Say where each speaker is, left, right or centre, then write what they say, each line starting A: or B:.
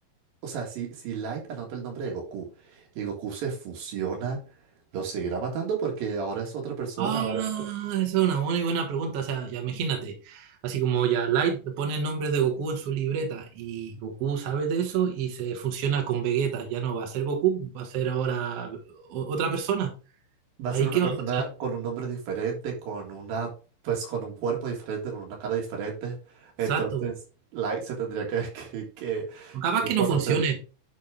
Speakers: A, on the right (about 75°); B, on the right (about 50°).
A: O sea, si, si Light anota el nombre de Goku y Goku se fusiona, ¿lo seguirá matando? Porque ahora es otra persona,
B: Ah,
A: ahora...
B: esa es una muy buena pregunta. O sea, ya imagínate. Así como ya Light le pone el nombre de Goku en su libreta y Goku sabe de eso y se funciona con Vegeta. Ya no va a ser Goku, va a ser ahora o- otra persona.
A: Va
B: ¿Ahí
A: a ser una
B: qué
A: persona
B: va a pasar?
A: con un nombre diferente, con una, pues con un cuerpo diferente, con una cara diferente. Entonces,
B: Exacto.
A: Light se tendría que, <laughs> que, que-
B: Capaz
A: que
B: que
A: conocer.
B: no <laughs> funcione.